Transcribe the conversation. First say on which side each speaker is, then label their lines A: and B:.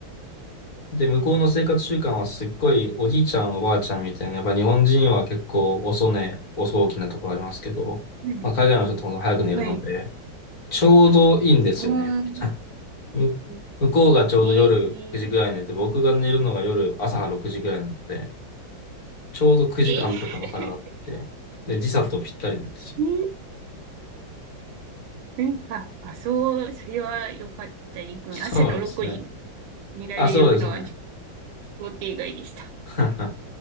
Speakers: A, on the left; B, on the right.
A: で、向こうの生活習慣はすっごいおじいちゃんおばあちゃんみたいな、やっぱ日本人は結構遅寝、遅起きなところありますけど、
B: うん
A: まあ、海外の人ってほんと早く寝るので、
B: はい。う
A: ちょうどいいんですよね。
B: ーん。
A: <laughs> む向こうがちょうど夜9時ぐらい寝て、
B: えー、
A: 僕が寝るのが夜朝6時ぐらいなので、ちょうど9時間とかの差があって、
B: えー、<laughs> え
A: で、時差とぴったりなんですよ。
B: ーうん、あ、あ、そう、それは良かったですね。
A: そうなんですね。
B: 朝の6時に寝られるのはちょっ
A: あ、そうですね。
B: と想定外でした。
A: <laughs>